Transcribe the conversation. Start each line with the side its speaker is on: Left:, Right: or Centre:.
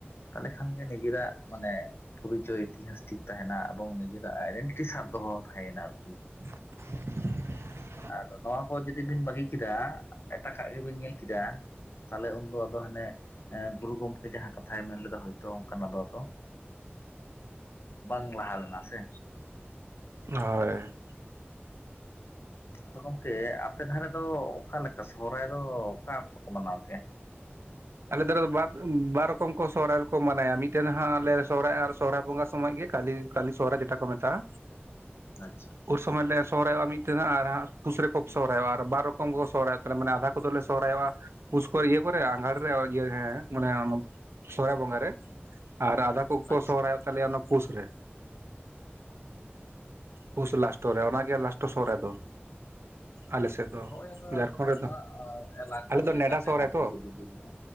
Left: ᱛᱟᱦᱚᱞᱮ ᱠᱷᱟᱱ ᱜᱮ ᱱᱤᱡᱮᱨᱟᱜ ᱢᱟᱱᱮ, ᱯᱚᱨᱤᱪᱚᱭ ᱤᱛᱤᱦᱟᱥ ᱴᱷᱤᱠ ᱛᱟᱦᱮᱸᱱᱟ ᱮᱵᱚᱝ ᱱᱤᱡᱮᱨᱟᱜ ᱟᱭᱰᱮᱱᱴᱤᱴᱤ ᱥᱟᱵ ᱫᱚᱦᱚ ᱛᱟᱦᱮᱸᱭᱱᱟ ᱟᱨᱠᱤ,
Right: <inaudible>
Left: ᱟᱫᱚ ᱱᱚᱣᱟ ᱠᱚ ᱡᱩᱫᱤ ᱵᱤᱱ ᱵᱟᱹᱜᱤ ᱠᱮᱫᱟ ᱮᱴᱟᱜᱟᱜ ᱜᱮᱵᱤᱱ ᱧᱮᱞ ᱠᱮᱫᱟ, ᱛᱟᱦᱞᱮ ᱩᱱᱫᱚ ᱟᱫᱚ ᱦᱟᱱᱮ ᱜᱩᱨᱩ ᱜᱚᱢᱠᱮ ᱡᱟᱦᱟᱸ ᱠᱟᱛᱷᱟᱭ ᱢᱮᱱ ᱞᱮᱫᱟ ᱦᱳᱭᱛᱚ ᱚᱱᱠᱟᱱᱟᱜ ᱫᱚ ᱟᱫᱚ, ᱵᱟᱝ ᱞᱟᱦᱟ ᱞᱮᱱᱟ ᱥᱮ,
Right: ᱦᱳᱭ
Left: ᱟᱫᱚ ᱜᱚᱢᱠᱮ ᱟᱯᱮ ᱫᱷᱟᱨᱮ ᱫᱚ ᱚᱠᱟᱮ ᱞᱮᱠᱟ ᱥᱚᱦᱨᱟᱭ ᱫᱚ ᱚᱠᱟ ᱚᱠᱛᱚ ᱠᱚ ᱢᱟᱱᱟᱣ ᱜᱮᱭᱟ,
Right: ᱟᱞᱮ ᱫᱷᱟᱨᱮ ᱫᱚ ᱵᱟᱨ ᱵᱟᱨ ᱨᱚᱠᱚᱢ ᱠᱚ ᱥᱚᱦᱚᱨᱟᱭ ᱨᱮᱠᱚ ᱢᱟᱱᱟᱭᱟ ᱢᱤᱫᱴᱮᱱ ᱦᱟᱸᱜ ᱟᱮ ᱥᱚᱦᱟᱭ ᱟᱨ ᱥᱚᱦᱨᱟᱭ ᱵᱚᱸᱜᱟ ᱥᱚᱢᱚᱭ ᱜᱮ ᱠᱟᱹᱞᱤ, ᱠᱟᱹᱞᱤ ᱥᱚᱦᱨᱟᱭ ᱡᱮᱴᱟ ᱠᱚ ᱢᱮᱛᱟᱜᱼᱟ,
Left: ᱟᱪᱪᱷᱟ᱾
Right: ᱩᱱ ᱥᱚᱢᱚᱭᱞᱮ ᱥᱚᱦᱨᱟᱭᱚᱜᱼᱟ ᱢᱤᱫᱛᱮ ᱦᱟᱸᱜ ᱟᱨ ᱦᱟᱜ ᱯᱩᱥ ᱨᱮᱠᱚ ᱥᱚᱦᱨᱟᱭᱚᱜᱼᱟ ᱟᱨ ᱵᱟᱨ ᱨᱚᱠᱚᱢ ᱠᱚ ᱥᱚᱦᱨᱟᱭᱚᱜ ᱛᱟᱞᱮ ᱢᱟᱱᱮ ᱟᱫᱷᱟ ᱠᱚᱫᱚᱞᱮ ᱥᱚᱦᱨᱟᱭᱚᱜᱼᱟ᱾ ᱯᱩᱥ ᱠᱚ ᱤᱭᱟᱹ ᱠᱚᱨᱮ ᱟᱸᱜᱟᱲ ᱤᱭᱟᱹ ᱦᱮᱸ ᱢᱟᱱᱮ ᱚᱱᱟ ᱥᱚᱦᱨᱟᱭ ᱵᱚᱸᱜᱟ ᱨᱮ ᱟᱨ ᱟᱫᱷᱟ ᱠᱚᱠᱚ
Left: ᱟᱪᱪᱷᱟ
Right: ᱥᱚᱦᱨᱟᱭᱚᱜ ᱛᱟᱞᱮᱭᱟ ᱚᱱᱟ ᱯᱩᱥ ᱨᱮ᱾ ᱯᱩᱥ ᱞᱟᱥᱴᱳ ᱨᱮ ᱚᱱᱟᱜᱮ ᱞᱟᱥᱴᱳ ᱥᱦᱚᱨᱟᱭ ᱫᱚ ᱟᱞᱮ ᱥᱮᱫ᱾ ᱫᱚ
Left: ᱦᱳᱭ ᱟᱫᱚ
Right: ᱡᱷᱟᱲᱠᱷᱚᱸᱰ
Left: ᱟᱵᱚᱱᱟᱜ
Right: ᱨᱮᱫᱚ
Left: ᱱᱚᱣᱟ ᱮᱞᱟᱠᱟᱨᱤ
Right: ᱟᱞᱮ ᱫᱚ ᱱᱮᱰᱟ
Left: ᱞᱮᱠᱟᱛᱮ
Right: ᱥᱚᱦᱨᱟᱭ
Left: ᱦᱟᱸᱜ
Right: ᱛᱚ
Left: ᱡᱩᱫᱟᱹ ᱡᱩᱫᱟᱹ,